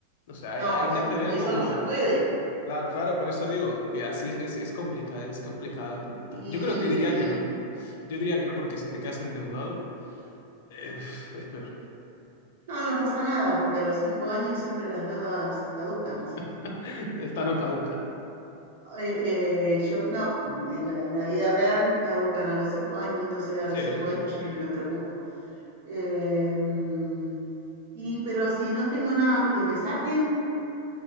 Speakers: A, on the left; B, on the right.
A: O sea, ahí
B: No,
A: ahí
B: pero si
A: te hace
B: no,
A: ver
B: eso
A: como
B: no se puede.
A: Claro, claro, por eso digo que así es, es, es complicada, es complicada la pregunta.
B: Y
A: Yo creo que diría que no. Yo diría que no porque si te quedas endeudado, eh, es peor.
B: no, no pasa nada, porque a los cinco años siempre las deudas caducan, así
A: <laughs>
B: que
A: Esta no caduca.
B: eh, eh, yo, no, en la, la vida real caducan a los cinco años, entonces a
A: Sí,
B: los
A: eso
B: cinco años
A: sí.
B: ya ni me preocupo. Em, y pero si no tengo nada que me saquen,